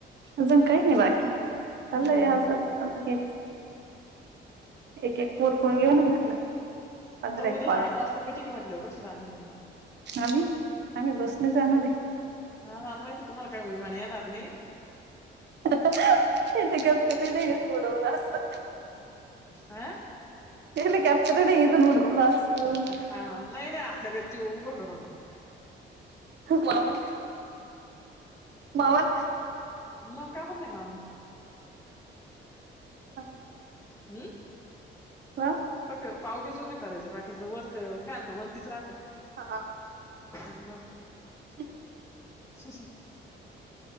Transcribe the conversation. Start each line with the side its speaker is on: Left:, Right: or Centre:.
Right: अजून काय नाही बाकी चाललंय
Left: हम्म
Right: हे असच अत हेच एक एक कोरफल घेऊ ना म्हटलं पंधरा एक
Left: उद्या
Right: पाळ
Left: आठ वाजता आता मिटिंग ये म्हटल्यावर कशी जाणार ये काय
Right: आम्ही आम्ही बसने जाणार ये.
Left: हा मला माहिती ये तुम्हाला काय विमान येणार नही.
Right: आता <unintelligible> कधीच उडवल असत.
Left: हा
Right: हेली कॅप्टर थोडी इदून उडवलं असत.
Left: हा नाय नाय आपल्या घरची उभं करू न
Right: मावल मावल
Left: मंग का बरं नाय मावणार.
Right: होना.
Left: हम्म
Right: कां
Left: त काय पावकीच उभी करायच बाकीच वरत फॅन तर वरतीच राहत्या.
Right: हा
Left: हा.
Right: <unintelligible>
Left: <unintelligible>